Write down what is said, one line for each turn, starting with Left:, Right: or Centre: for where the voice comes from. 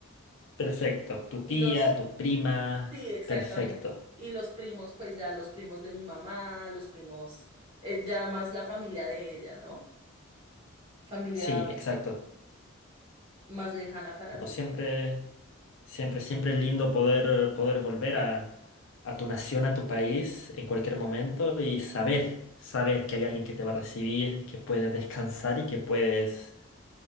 Left: Perfecto. Tu
Right: Y
Left: tía,
Right: los,
Left: tu prima.
Right: sí, exactamente.
Left: Perfecto.
Right: Y los primos, pues ya los primos de mi mamá, los primos, eh, ya más la familia de ella, ¿no? Familia
Left: Sí, exacto.
Right: más lejana para
Left: No
Right: mí.
Left: siempre, siempre, siempre es lindo poder, poder volver a, a tu nación, a tu país en cualquier momento y saber, saber que hay alguien que te va a recibir, que puedes descansar y que puedes